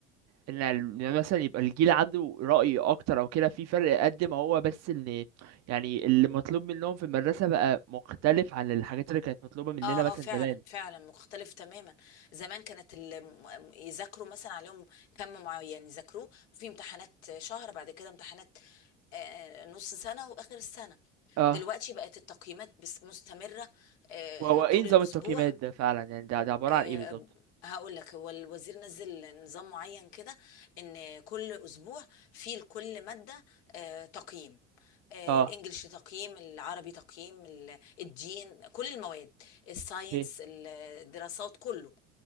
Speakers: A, on the right; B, on the left.
A: إن ال- إن مثلا يبقى الجيل عنده رأي أكتر أو كده في فرق قد ما هو بس إن يعني اللي مطلوب منهم في المدرسة بقى مختلف عن الحاجات اللي كانت مطلوبة مننا
B: اه
A: مثلا
B: اه فعلا
A: زمان
B: فعلا مختلف تماما زمان كانت ال- م- يذاكروا مثلا عليهم كم معين يذاكروه وفي امتحانات شهر بعد كده امتحانات آه، آه، نص سنة وآخر السنة
A: اه
B: دلوقتي بقت التقييمات بس مستمرة آه،
A: وهو
B: آه، طول
A: إيه نظام
B: الأسبوع
A: التقييمات ده فعلا يعني ده, ده عبارة
B: آه،
A: عن إيه بالظبط
B: هقول لك هو الوزير نزل نظام معين كده ان كل اسبوع في لكل ماده آه، تقييم آه،
A: اه
B: الانجليش تقييم العربي تقييم ال- الدين كل المواد الساينس
A: اوكي
B: الدراسات كله